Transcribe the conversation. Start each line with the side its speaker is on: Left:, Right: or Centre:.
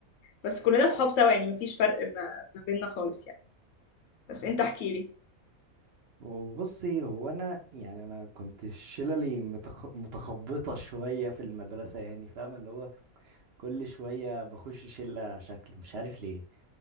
Left: بس كلنا صحاب سوا يعني مفيش فرق ما, ما بيننا خالص يعني بس انت احكي لي
Right: وبصي هو انا يعني انا كنت شللي متخ... متخبطة شوية في المدرسة يعني فاهم اللي هو كل شوية بخش شلة شكل مش عارف ليه